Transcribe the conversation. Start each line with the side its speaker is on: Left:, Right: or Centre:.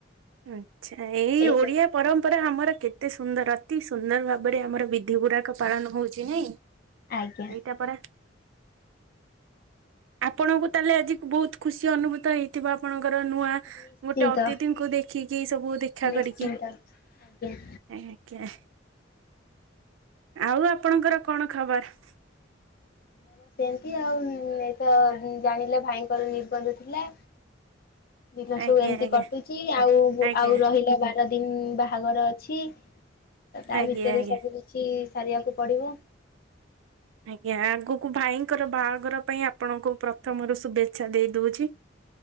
Right: ଆଚ୍ଛା ଏଇ
Left: ଏଇସବୁ
Right: ଓଡ଼ିଆ। ପରମ୍ପରା ଆମର କେତେ ସୁନ୍ଦର ଅତି ସୁନ୍ଦର ଭାବରେ ଆମର ବିଧି ଗୁଡାକ ପାଳନ ହଉଛି ନାଇଁ।
Left: ଆଜ୍ଞା
Right: ଏଇଟା ପରା। ଆପଣଙ୍କୁ ତାହେଲେ ଆଜିକୁ ବହୁତ ଖୁସି ଅନୁଭୂତ ହେଇ। ଥିବ ଆପଣଙ୍କର ନୂଆ
Left: ନିଶ୍ଚିନ୍ତ
Right: ଗୋଟେ ଅତିଥିଙ୍କୁ ଦେଖିକି ସବୁ। ଦେଖାକରିକି
Left: ନିଶ୍ଚିନ୍ତ ଆଜ୍ଞା।
Right: ଆଜ୍ଞା। ଆଉ ଆପଣଙ୍କର କଣ ଖବର।
Left: ହଁ ସେମିତି ଆଉ ଏଇ ତ ଆଜି ଜାଣିଲେ ଭାଇଙ୍କର ନିର୍ବନ୍ଧ ଥିଲା। ଦିନ ସବୁ
Right: ଆଜ୍ଞା
Left: ଏମିତି
Right: ଆଜ୍ଞା
Left: କଟୁଛି ଆଉ
Right: ଆଜ୍ଞା
Left: ଆଉ ରହିଲା ବା। ଦିନ ବାହାଘର ଅଛି ତ ତା
Right: ଆଜ୍ଞା
Left: ଭିତରେ
Right: ଆଜ୍ଞା।
Left: ସବୁ କିଛି ସାରିବାକୁ ପଡିବ।
Right: ଆଜ୍ଞା ଆଗକୁ ଭାଇଙ୍କର ବାହାଘର ପାଇଁ ଆପଣଙ୍କୁ ପ୍ରଥମରୁ ଶୁଭେଚ୍ଛା ଦେଇ ଦଉଛି।